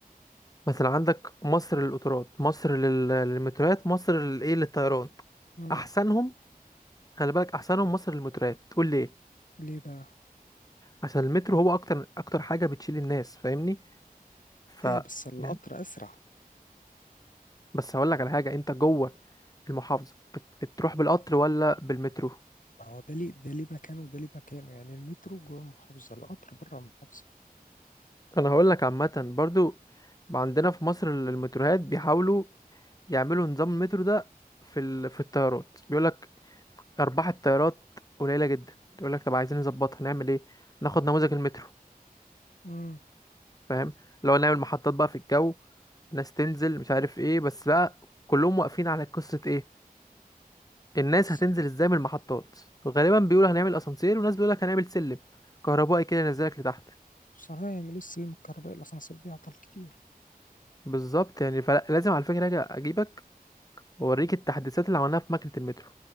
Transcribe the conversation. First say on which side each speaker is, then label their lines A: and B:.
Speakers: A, on the left (about 25°); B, on the left (about 60°).
A: مثلا عندك مصر للقطارات مصر لل- للمتروات مصر للايه للطيران
B: مم.
A: احسنهم خلي بالك احسنهم مصر للمتروات تقول ليه
B: ليه بقى؟
A: عشان المترو هو اكتر اكتر حاجه بتشيل الناس فاهمني ف
B: هي بس القطر
A: يعني
B: أسرع
A: بس هقول لك على حاجة انت جوه المحافظة بت... بتروح بالقطر ولا بالمترو
B: ما هو ده ليه ده ليه مكانه وده ليه مكانه يعني المترو جوه المحافظة القطر بره المحافظة
A: انا هقول لك عامة برضو عندنا في مصر المتروهات بيحاولوا يعملوا نظام المترو ده في ال... في الطيارات بيقول لك ارباح الطيارات قليلة جدا يقول لك طب عايزين نظبطها نعمل ايه ناخد نموذج المترو
B: مم.
A: فاهم لو نعمل محطات بقى في الجو ناس تنزل مش عارف ايه بس بقى كلهم واقفين على قصة ايه
B: بس-
A: الناس هتنزل ازاي من المحطات غالبا بيقولوا هنعمل اسانسير وناس بيقولوا لك هنعمل سلم كهربائي كده ينزلك لتحت
B: بصراحة يعملوا السلم الكهربائي الأسانسير بيعطل كتير
A: بالظبط يعني فلازم على فكرة اجي اجيبك واوريك التحديثات اللي عملناها في ماكينة المترو